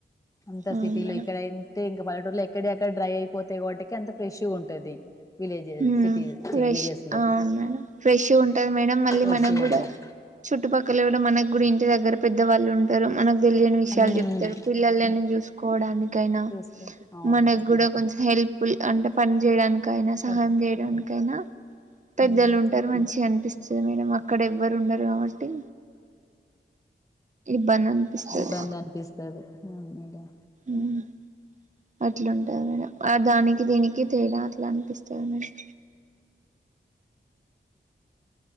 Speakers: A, on the left (about 15°); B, on the right (about 40°).
A: అంత
B: అవును
A: సిటీలో
B: మేడం
A: ఇక్కడ అయితే ఇంకా పలటూరులో ఎక్కడ అక్కడ డ్రై అయిపోతే వాటికి అంత ఫ్రెష్ ఉంటది విలేజెస్
B: ఉమ్
A: సిటీ
B: ఫ్రెష్
A: విలేజెస్ లో
B: అవును మేడం ఫ్రెష్ ఉంటది మేడం మళ్ళీ
A: ఫ్రెష్గా
B: మనం కూడా
A: ఉంటది
B: చుట్టుపక్కల కూడా మనకు కూడా ఇంటి దగ్గర పెద్దవాళ్ళు ఉంటారు మనకు తెలియని విషయాలు
A: మ్మ్
B: చెప్తారు పిల్లలు చూసుకోవడాన్ని కైనా
A: చూసుకో అవును
B: మనకు కూడా కొంచెం హెల్ప ఫుల్ అంటే పని చేయడానికైనా సహాయం
A: అదే
B: చేయడానికైనా పెద్దలు
A: మ్మ్
B: ఉంటారు మంచి అనిపిస్తుంది మేడం అక్కడ ఎవ్వరు ఉండరు కాబట్టి ఇబ్బంది అనిపిస్తది
A: ఇబ్బంద అనిపిస్తది మేడం
B: ఉమ్ అట్లాంటది మేడం ఆ దానికి దీనికి తేడా అట్లా అనిపిస్తది మేడం
A: అ